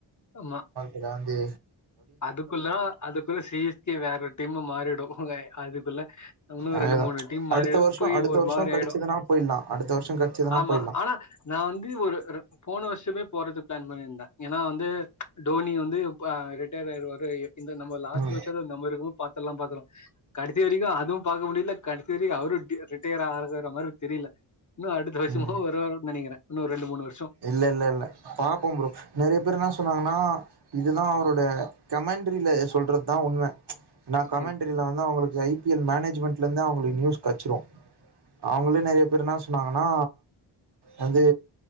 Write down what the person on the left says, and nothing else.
அம்மா
அதுக்குள்ள அதுக்குள்ள சிஎஸ்கே வேற டீம் மாறிடோ ங்க அதுக்குள்ள இன்னோ
ரெண்டு மூணு டீம் மாறிடோ
போயி
ஒரு
மாரி
ஆயிடோ
ஆமா
ஆனா நா வந்து ஒரு போன வருஷமே போறது பிளான் பண்ணியிருந்தே ஏனா வந்து டோனி வந்து உப்பாரு ரிட்டர் ஆய்டுவாரு இந்த நம்ம லாஸ்ட்
மேட்சாவுது நம்ம இருக்கோ பாத்துலா பாத்துலா கடைசி வரைக்கோ அதுவு பாக்க முடியில கடைசி வரைக்கோ அவரோ ரிட்டையர் ஆகறத மாரி தெரியல இன்னு அடுத்த வருஷமோ
வருவாரு நெனைக்கிறே இன்னு ரெண்டு மூணு வருஷோ
ஓகே